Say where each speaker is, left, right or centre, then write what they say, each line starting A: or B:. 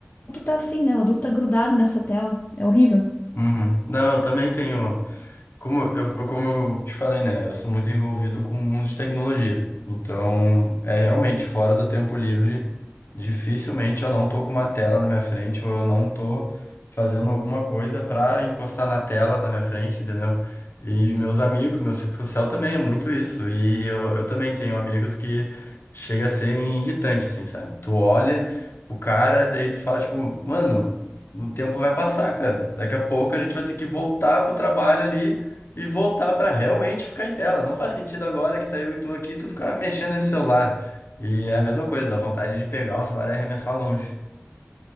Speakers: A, on the left; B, on the left.
A: tá assim, né? O adulto tá grudado nessa tela, é horrível.
B: Uhum. Não, eu também tenho. Como eu, eu- como eu te falei, né? Eu sou muito envolvido com o mundo de tecnologia. Então, é realmente fora do tempo livre, dificilmente eu não tô com uma tela na minha frente ou eu não tô fazendo alguma coisa pra encostar na tela na minha frente, entendeu? E meus amigos, meu círculo social também é muito isso. E eu, eu também tenho amigos que chega a ser irritante, assim, sabe? Tu olha pro cara, daí tu fala, tipo, mano. O tempo vai passar, cara. Daqui a pouco a gente vai ter que voltar pro trabalho ali e voltar pra realmente ficar em tela. Não faz sentido agora que tá eu e tu aqui, tu ficar mexendo nesse celular. E é a mesma coisa, dá vontade de pegar o celular e arremessar longe.